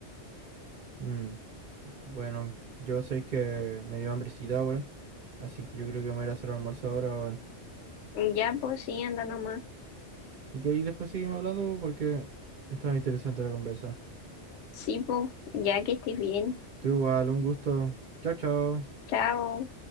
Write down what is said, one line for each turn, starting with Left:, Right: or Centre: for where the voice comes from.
Right: Mm, bueno, yo sé que me dio hambrecita, weón. Así que yo creo que me voy a ir a hacer almuerzo ahora, weón.
Left: Ya, pues sí, anda nomás.
Right: Y que ahí después seguimos hablando porque estaba interesante la conversa.
Left: Sí, pues, ya que estés bien.
Right: Tú igual, un gusto. Chao, chao.
Left: Chao.